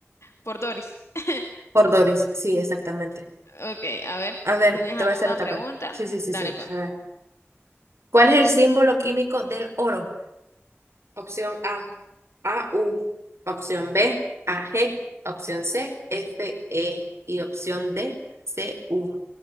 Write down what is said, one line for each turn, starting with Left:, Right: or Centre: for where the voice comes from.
Left: por Doris. <laughs>
Right: Por Doris, sí, exactamente.
Left: Ok, a ver,
Right: A ver,
Left: ¿tenés
Right: te
Left: alguna
Right: voy a hacer otra
Left: pregunta?
Right: parte. Sí, sí, sí,
Left: Dale,
Right: sí.
Left: pues.
Right: A ver. ¿Cuál es el símbolo químico del oro? Opción A, AU. Opción B, AG. Opción C, FE. Y opción D, CU.